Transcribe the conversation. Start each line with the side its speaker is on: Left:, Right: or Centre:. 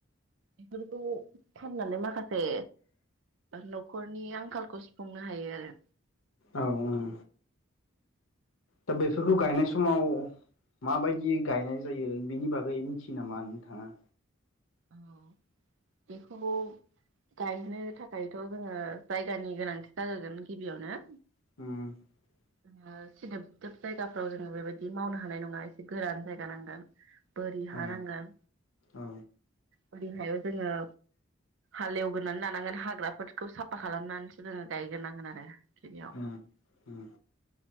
Right: बेफोरखौ फाननानै माखासे न'खरनि आंखालखौ सुफुंनो हायो आरो।
Left: औ ओं। दा बेफोरखौ गायनाय समाव माबायदि गायनाय जायो बेनि बागै मिथियो नामा नोंथाङा?
Right: औ बेखौ गायनो थाखायथ' जोङो जायगानि गोनांथि जाग्रोगोन गिबियावनो।
Left: <inaudible>
Right: जोङो सिदोब दोब जायगाफ्राव जोङो बेबायदि मावनो हानाय नङा एसे गोरान जायगा नांगोन। बोरि
Left: औ
Right: हा नांगोन।
Left: औ
Right: <unintelligible> जोङो हालेवग्रोनानै लानांगोन हाग्राफोर खौ साफा खालामनानैसो जोङो गायग्रोनांगोन आरो थिलियाव
Left: उम उम